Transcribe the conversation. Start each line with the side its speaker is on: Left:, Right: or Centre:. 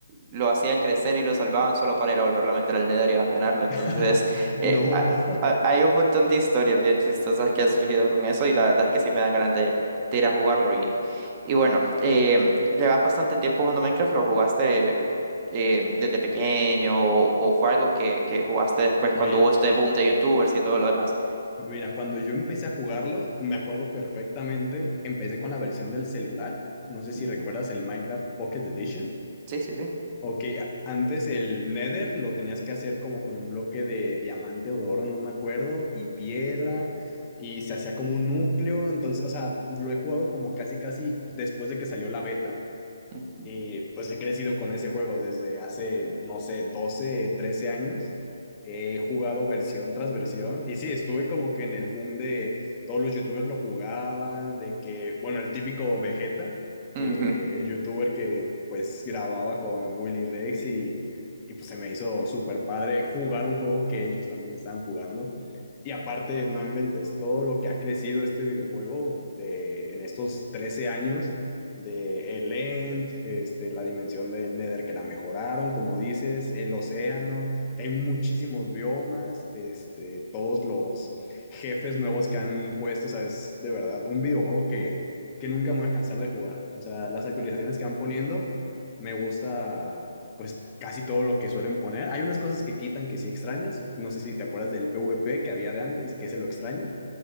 Right: lo hacían crecer y lo salvaban solo para ir a volverlo a meter al Nether y abandonarlo. Entonces,
Left: <laughs>
Right: eh,
Left: No.
Right: ha- ha- hay un montón de historias bien chistosas que han surgido con eso, y la verdad es que sí me dan ganas de, de ir a jugarlo. Y, y bueno, eh, llevas bastante tiempo jugando Minecraft, lo jugaste. eh, desde pequeño o, o fue algo que, que jugaste después
Left: Mira.
Right: cuando hubo este boom de youtubers y todo lo demás.
Left: Mira, cuando yo empecé a jugarlo, me acuerdo perfectamente, empecé con la versión del celular. No sé si
Right: Ujú.
Left: recuerdas el Minecraft Pocket Edition.
Right: Sí, sí, sí.
Left: Ok, a- antes el Nether lo tenías que hacer como con un bloque de diamante o de oro, no me acuerdo, y piedra, y se hacía como un núcleo, entonces, o sea, lo he jugado como casi, casi después de que salió la beta,
Right: Ujú.
Left: y pues he crecido con ese juego desde hace, no sé, 12 13 años. He jugado versión tras versión. Y sí, estuve como que en el boom de todos los youtubers lo jugaban, de que, bueno, el típico Vegeta, que
Right: Ujú.
Left: el youtuber que pues grababa con Willy Rex y, y pues se me hizo súper padre jugar un juego que ellos también estaban jugando. Y aparte, no inventes, todo lo que ha crecido este videojuego de, en estos 13 años de el End, este, la dimensión del Nether que la mejoraron, como dices, el océano, que hay muchísimos biomas, este, todos los jefes nuevos que han puesto, o sea, es de verdad un videojuego que, que nunca me voy a cansar de jugar. O sea, las actualizaciones que van poniendo, me gusta pues casi todo lo que suelen poner. Hay unas cosas que quitan que sí extrañas, no sé si te acuerdas del PvP que había de antes, que ese lo extraño,